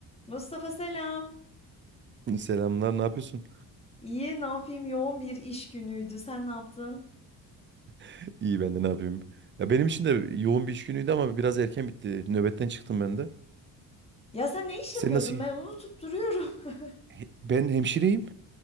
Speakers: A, on the left; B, on the right.
A: Mustafa selam.
B: <laughs> Selamlar, ne yapıyorsun?
A: İyi, ne yapayım? Yoğun bir iş günüydü. Sen ne yaptın?
B: <laughs> İyi ben de ne yapayım? Ya benim için de yoğun bir iş günüydü ama biraz erken bitti. Nöbetten çıktım ben de.
A: Ya sen ne iş
B: Sen
A: yapıyordun?
B: nasıl?
A: Ben unutup duruyorum. <laughs>
B: He- Ben hemşireyim.